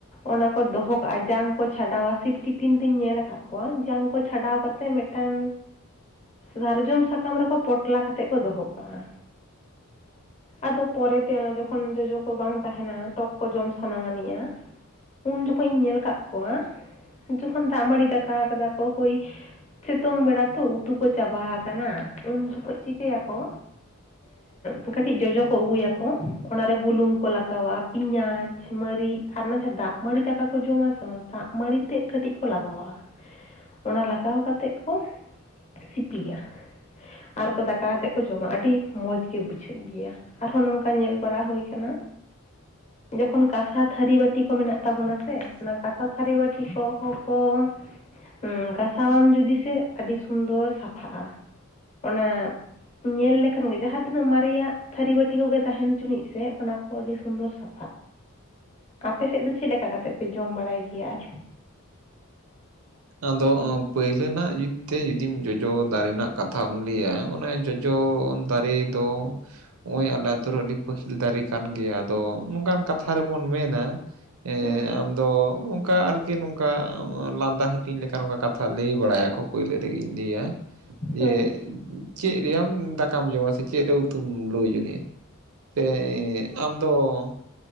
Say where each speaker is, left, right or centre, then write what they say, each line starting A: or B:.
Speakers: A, on the left; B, on the right.
A: ᱚᱱᱟ ᱠᱚ ᱫᱚᱦᱚ ᱠᱟᱜᱼᱟ ᱡᱟᱝ ᱠᱚ ᱪᱷᱟᱰᱟᱣᱟ ᱥᱤᱯᱴᱤᱯᱷᱤᱱ ᱛᱮᱧ ᱧᱮᱞ ᱟᱠᱟᱫ ᱠᱚᱣᱟ ᱡᱟᱝ ᱠᱚ ᱪᱷᱟᱰᱟᱣ ᱠᱟᱛᱮ ᱢᱤᱫᱴᱟᱝ ᱥᱟᱨᱡᱚᱢ ᱥᱟᱠᱟᱢ ᱨᱮᱠᱚ ᱯᱚᱴᱞᱟ ᱠᱟᱛᱮ ᱠᱚ ᱫᱚᱦᱚ ᱠᱟᱜᱼᱟ᱾ ᱟᱫᱚ ᱯᱚᱨᱮᱛᱮ ᱚᱱᱟ ᱡᱚᱠᱷᱚᱱ ᱡᱚᱡᱚ ᱠᱚ ᱵᱟᱝ ᱛᱟᱦᱮᱱᱟ ᱴᱚᱠ ᱠᱚ ᱡᱚᱢ ᱥᱟᱱᱟᱱᱤᱡᱜᱼᱟ ᱩᱱ ᱡᱚᱠᱷᱚᱡ ᱤᱧ ᱧᱮᱞ ᱠᱟᱜ ᱠᱚᱣᱟ ᱡᱚᱠᱷᱚᱱ ᱫᱟᱜ ᱢᱟᱹᱲᱤ ᱫᱟᱠᱟ ᱠᱟᱫᱟ ᱠᱚ ᱦᱳᱭ ᱥᱤᱛᱩᱝ ᱵᱮᱲᱟ ᱛᱚ ᱩᱛᱩ ᱠᱚ ᱪᱟᱵᱟ ᱟᱠᱟᱱᱟ ᱩᱱ ᱡᱚᱠᱷᱚᱱ ᱪᱤᱠᱟᱹᱭᱟᱠᱚ ᱮᱸᱠᱟᱹᱴᱤᱡ ᱡᱚᱡᱚ ᱠᱚ ᱟᱹᱜᱩᱭᱟᱠᱚ ᱚᱱᱟᱨᱮ ᱵᱩᱞᱩᱝ ᱠᱚ ᱞᱟᱜᱟᱣᱟᱜᱼᱟ ᱯᱮᱸᱭᱟᱡᱽ ᱢᱟᱹᱨᱤᱪ ᱟᱨ ᱚᱱᱟ ᱡᱟᱦᱟᱸ ᱫᱟᱜ ᱢᱟᱸᱲᱤ ᱫᱟᱠᱟ ᱠᱚ ᱡᱚᱢᱟ ᱥᱮ ᱚᱱᱟ ᱫᱟᱜ ᱢᱟᱹᱲᱤ ᱛᱮᱫ ᱠᱟᱹᱴᱤᱡ ᱠᱚ ᱞᱟᱜᱟᱣᱟᱜᱼᱟ᱾ ᱚᱱᱟ ᱞᱟᱜᱟᱣ ᱠᱟᱛᱮ ᱠᱚ ᱥᱤᱯᱤᱭᱟ ᱟᱨᱠᱚ ᱫᱟᱠᱟ ᱟᱛᱮᱫ ᱠᱚ ᱡᱚᱢᱟ ᱟᱹᱰᱤ ᱢᱚᱡᱽ ᱜᱮ ᱵᱩᱡᱷᱟᱹᱜ ᱜᱮᱭᱟ᱾ ᱟᱨᱦᱚᱸ ᱱᱚᱝᱠᱟ ᱧᱮᱞ ᱵᱟᱲᱟ ᱦᱳᱭ ᱠᱟᱱᱟ᱾ ᱡᱚᱠᱷᱚᱱ ᱠᱟᱸᱥᱟ ᱛᱷᱟᱹᱨᱤ ᱵᱟᱹᱴᱤ ᱠᱚ ᱢᱮᱱᱟᱜ ᱛᱟᱵᱚᱱᱟ ᱥᱮ ᱚᱱᱟ ᱠᱟᱸᱥᱟ ᱛᱷᱟᱹᱨᱤ ᱵᱟᱹᱴᱤ ᱠᱚᱦᱚᱸ ᱠᱚ ᱦᱩᱸ ᱜᱚᱥᱟᱣᱟᱢ ᱡᱩᱫᱤ ᱥᱮ ᱟᱹᱰᱤ ᱥᱩᱱᱫᱚᱨ ᱥᱟᱯᱷᱟᱜᱼᱟ ᱚᱱᱟ ᱧᱮᱞ ᱞᱮᱠᱷᱟᱱ ᱜᱮ ᱡᱟᱦᱟᱸ ᱛᱤᱱᱟᱹᱜ ᱢᱟᱨᱮᱭᱟᱜ ᱛᱷᱟᱹᱨᱤ ᱵᱟᱹᱴᱤ ᱠᱚᱜᱮ ᱛᱟᱦᱮᱱ ᱪᱩᱱᱤᱡ ᱥᱮ ᱚᱱᱟ ᱠᱚ ᱟᱹᱰᱤ ᱥᱩᱱᱫᱚᱨ ᱥᱟ ᱟᱯᱮ ᱥᱮᱫ ᱫᱚ ᱪᱮᱫ ᱞᱮᱠᱟ ᱠᱟᱛᱮ ᱯᱮ ᱡᱚᱢ ᱵᱟᱲᱟᱭ ᱜᱮᱭᱟ ᱟᱨ?
B: ᱟᱫᱚ ᱯᱳᱭᱞᱟᱹᱱᱟᱜ ᱡᱩᱫᱛᱮ ᱡᱩᱫᱤᱢ ᱡᱚᱡᱚ ᱫᱟᱨᱮ ᱨᱮᱱᱟᱜ ᱠᱟᱛᱷᱟᱢ ᱞᱟᱹᱭᱟ ᱚᱱᱮ ᱡᱚ ᱡᱚ ᱫᱟᱨᱮ ᱫᱚ ᱦᱚᱜᱼᱚᱭ ᱟᱞᱮ ᱟᱛᱹᱳ ᱨᱮ ᱟᱹᱰᱤ ᱯᱟᱹᱦᱤᱞ ᱫᱟᱨᱮ ᱠᱟᱱ ᱜᱮᱭᱟ ᱟᱫᱚ ᱱᱚᱝᱠᱟᱱ ᱠᱟᱛᱷᱟ ᱨᱮᱵᱚᱱ ᱢᱮᱱᱟ ᱮ
A: ᱦᱮᱸ
B: ᱟᱢᱫᱚ ᱚᱱᱠᱟ ᱟᱨᱠᱤ ᱱᱚᱝᱠᱟ ᱞᱟᱸᱫᱟ ᱦᱟᱹ ᱤᱧ ᱞᱮᱠᱟ ᱱᱚᱝᱠᱟ ᱠᱟᱛᱷᱟ ᱞᱟᱹᱭ ᱵᱟᱲᱟᱭᱟᱠᱚ ᱯᱩᱭᱞᱟᱹ ᱨᱮᱜᱮᱧ ᱞᱟᱹᱭᱟ ᱡᱮᱼᱼᱼᱼ
A: ᱦᱮᱸ
B: ᱪᱮᱫ ᱨᱮᱭᱟᱢ ᱫᱟᱠᱟᱢ ᱡᱚᱢᱟ ᱥᱮ ᱪᱮᱫ ᱨᱮ ᱩᱛᱩᱢ ᱞᱳ ᱡᱚᱱᱤᱭᱟ ᱥᱮ ᱟᱢᱫᱚ